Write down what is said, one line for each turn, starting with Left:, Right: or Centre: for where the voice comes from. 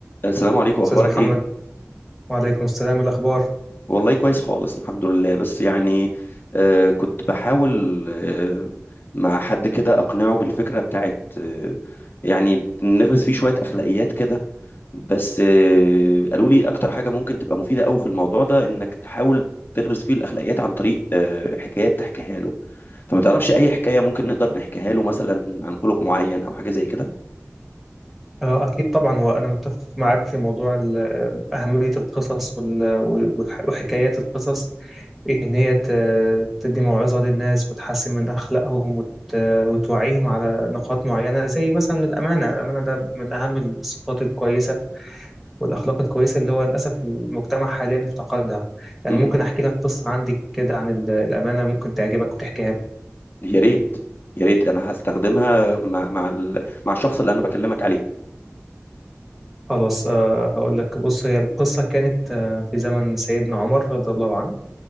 Left: السلام عليكم اخبارك
Centre: أستاذ محمد
Left: ايه
Centre: وعليكم السلام الأخبار
Left: والله كويس خالص الحمد لله بس يعني آه كنت بحاول آه مع حد كده اقنعه بالفكره بتاعت آه يعني نغرس فيه شويه اخلاقيات كده بس آه قالوا لي اكتر حاجه ممكن تبقى مفيده قوي في الموضوع ده انك تحاول تغرس فيه الاخلاقيات عن طريق آه حكايات تحكيها له فما تعرفش اي حكايه ممكن نقدر نحكيها له مثلا عن خلق معين او حاجه زي كده
Centre: آه، أكيد طبعا هو أنا متفق معاك في موضوع ال- أهمية القصص وال- وح- وحكايات القصص في إن هي ت- تدي موعظة للناس وتحسن من أخلاقهم وت- وتوعيهم على نقاط معينة زي مثلا الأمانة الأمانة ده من أهم الصفات الكويسة والأخلاق الكويسة اللي هو للأسف المجتمع حاليا افتقدها يعني
Left: م-
Centre: ممكن
Left: م.
Centre: أحكي لك قصة عندي كده عن ال- الأمانة ممكن تعجبك وتحكيها لك
Left: يا ريت يا ريت انا هستخدمها مع مع ال- مع الشخص اللي انا بكلمك عليه
Centre: خلاص آه، هقول لك بص هي القصة كانت آه، في زمن سيدنا عمر رضي الله عنه